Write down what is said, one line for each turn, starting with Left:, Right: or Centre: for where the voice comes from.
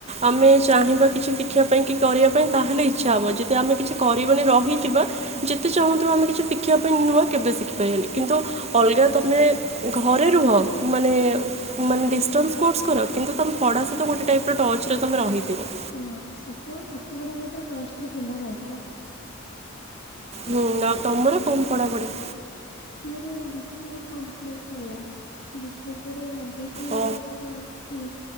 Right: ଆମେ ଚାହିଁବା କିଛି ଶିଖିବା ପାଇଁ କି କରିବା ପାଇଁ ତାହେଲେ ଇଚ୍ଛା ହବ। ଯଦି ଆମେ କିଛି କରିବାନି ରହିଯିବା
Left: ହଁ।
Right: ଯେତେ ଚାହୁଁଥିବା ଆମେ କିଛି ଶି ଖିବା ପାଇଁ <unintelligible> କେବେ ଶିଖିପାରିବନି
Left: ହୁଁ
Right: କିନ୍ତୁ ଅଲଗା ତମେ ଘରେ ରୁହ ମାନେ ମାନେ ଡିଷ୍ଟାନ୍ସ କୋର୍ସ କର କିନ୍ତୁ ତମ ପଢା ସହିତ ଗୋଟେ ଟାଇପର ଟର୍ଚ୍ଚରେ ତମେ ରହିଥିବ।
Left: ହଁ ସବୁବେଳେ ପାଠ ପଢା ସହିଚ ଟଚ୍ଚଟା ଥିବା ଦରକାର।
Right: ହୁଁ ଆଉ ତମର କଣ ପଢାପଢି?
Left: ମୋର ଏବେ ବି ସିଏ କମ୍ପ୍ଲିଟ ହେଲା ବି ସିଏ ପରେ ଭାବିଚି
Right: ଓ
Left: କଣ ହୁଁ